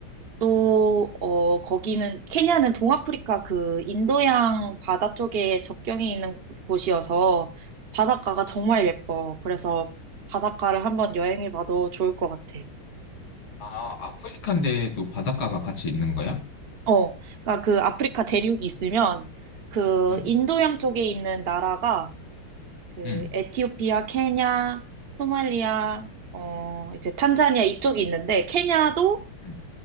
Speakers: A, on the right; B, on the left.
A: 또, 어, 거기는, 케냐는 동아프리카 그 인도양 바다 쪽에 접경이 있는 곳이어서 바닷가가 정말 예뻐. 그래서 바닷가를 한번 여행해봐도 좋을 것 같아.
B: 아, 아프리카인데 또 바닷가가 같이 있는 거야?
A: 어, 그러니까 그 아프리카 대륙이 있으면 그
B: 음,
A: 인도양 쪽에 있는 나라가 그
B: 음,
A: 에티오피아, 케냐, 소말리아, 어, 이제 탄자니아 이쪽이 있는데 케냐도
B: 음.